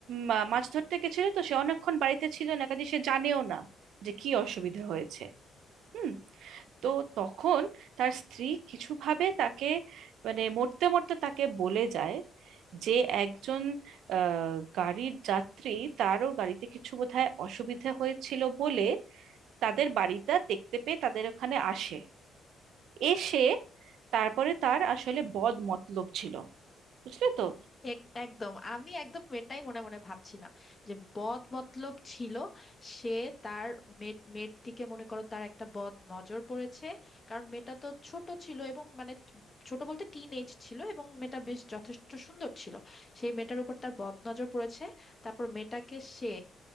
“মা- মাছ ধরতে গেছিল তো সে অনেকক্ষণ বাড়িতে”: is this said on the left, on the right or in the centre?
Right